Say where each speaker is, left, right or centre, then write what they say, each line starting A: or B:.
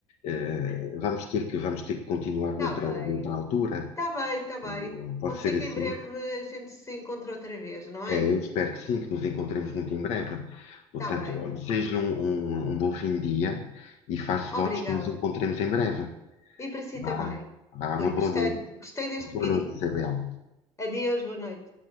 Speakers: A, on the left; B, on the left.
A: eh, vamos ter que, vamos ter que continuar
B: Está
A: noutra,
B: bem,
A: noutra altura.
B: está bem, está bem.
A: O- Pode
B: Pode ser
A: ser
B: que
A: assim.
B: em breve a gente se encontre outra vez, não
A: É,
B: é?
A: eu espero que sim, que nos encontremos muito em breve. Portanto,
B: Está bem,
A: olha, desejo-lhe um, um, um bom fim de dia e faço
B: obrigada.
A: votos que nos encontremos em breve.
B: E para si
A: Vá,
B: também,
A: vá,
B: Rui,
A: uma boa
B: gostei,
A: noite.
B: gostei deste
A: Boa
B: bocadinho.
A: noite, Isabel.
B: Adeus, boa noite.